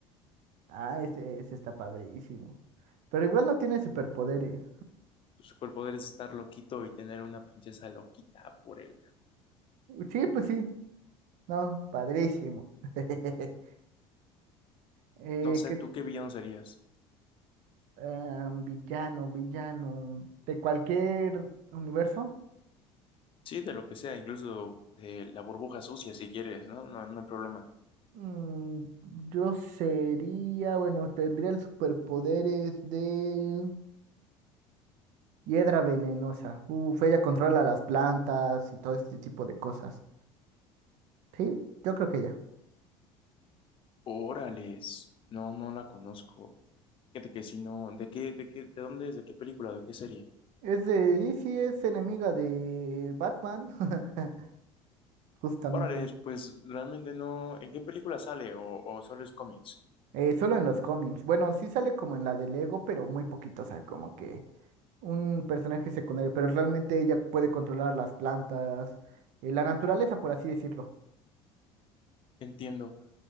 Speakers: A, on the right (about 45°); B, on the left (about 30°).
A: ah, ese, ese está padrísimo, pero igual no tiene superpoderes,
B: Su superpoder es estar loquito y tener una princesa loquita por él.
A: sí, pues sí, no, padrísimo, <laughs> eh,
B: No sé,
A: ¿qué
B: ¿tú qué villano serías?
A: Ah, villano, villano. De cualquier universo.
B: Sí, de lo que sea, incluso de la burbuja sucia, si quieres, ¿no? No, no hay problema.
A: Mm, yo sería, bueno, tendría el superpoderes de hiedra venenosa. Uf, ella controla las plantas y todo este tipo de cosas. Sí, yo creo que ella.
B: Órales, no, no la conozco. Fíjate que si no, ¿de qué, de qué, de dónde es, de qué película, de qué serie?
A: Es de DC, es enemiga de Batman, <laughs> justamente.
B: Órales, pues realmente no, ¿en qué película sale o, o solo es cómics?
A: Eh, solo en los cómics. Bueno, sí sale como en la de Lego, pero muy poquito, o sea, como que un personaje secundario, pero realmente ella puede controlar las plantas, eh, la naturaleza, por así decirlo.
B: Entiendo.